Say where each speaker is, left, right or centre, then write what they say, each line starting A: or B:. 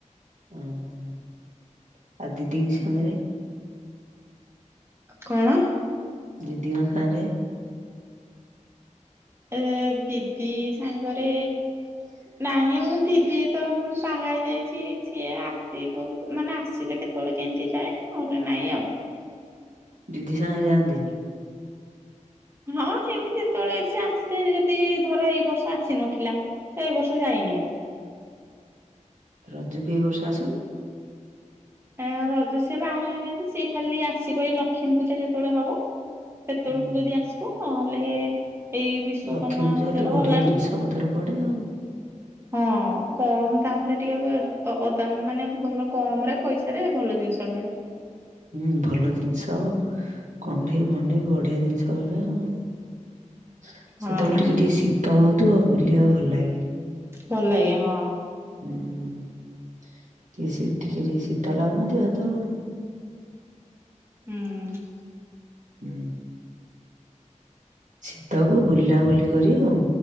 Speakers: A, on the right (about 75°); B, on the right (about 20°).
A: ଓହୋ ଆଉ ଦିଦି କି ସାଙ୍ଗରେ।
B: କଣ?
A: ଦିଦି ଙ୍କ ସାଙ୍ଗରେ
B: ଏ ଦିଦି ସାଙ୍ଗରେ ନାହିଁ ମୁଁ ଦି ସିଏ ତ ବାହା ହେଇ ଯାଇଛି ସିଏ ଆସିବ ମାନେ ଆସିଲେ କେତେବେଳେ କେମତି ଯାଏ। ନାଇଁ ଆଉ।
A: ଦିଦି ସାଙ୍ଗରେ ଯାଆନ୍ତିନି।
B: ହଁ ସେମତି ଯେତେବେଳେ ସିଏ ଆସେ ଯଦି ଧର ଏଇ ବର୍ଷ ଆସିନଥିଲା। ତ ଏଇ ବର୍ଷ ଯାଇନି ଆଉ।
A: ରଜୁ କି ବର୍ଷ ଆସନି
B: ଆ ରଜ ସେ ବାହା ହେଇଯାଇଛି ସିଏ ଖାଲି ଆସିବ ଏଇ ଲକ୍ଷ୍ମୀ ପୂଜା ଯେତେବେଳେ ହବ। ସେତେବେଳକୁ
A: ହୁଁ।
B: ଯଦି ଆସିବ ନହେଲେ ଏଇ ବିଶ୍ଵକର୍ମା
A: ଲକ୍ଷ୍ମୀ ପୂଜାରେ
B: ପୂଜା
A: ତ
B: ଗଲାଣି।
A: ବଢିଆ ଜିନିଷ ପତ୍ର ପଡେ ଆଉ।
B: ହଁ କମ୍ ଦାମ୍ ରେ ଟିକେ ଏବେ ଅ ଅ ଦାମ ମାନେ ଭଲ କମ୍ ରେ ପଇସାରେ ଭଲ ଜିନିଷ ମିଳେ।
A: ହୁଁ ଭଲ ଜିନିଷ କଣ୍ଢେଇ ଭଣ୍ଢେଇ ବଢିଆ ଜିନିଷ <unintelligible>
B: ହଁ
A: ସେତେବେଳେ ଟିକେ ଟିକେ ଶୀତ ହଉ ଥିବ ବୁଲିଆକୁ ଭଲ ଲାଗେ।
B: ଭଲ ଲାଗେ ହଁ।
A: ଉଁ କି ସି ଟିକେ ଟିକେ ଶୀତ ଲଗୁନଥିବ ସେତେବେଳକୁ
B: ହୁଁ।
A: ହୁଁ। ଶୀତକୁ ବୁଲାବୁଲି କରି ଆଉ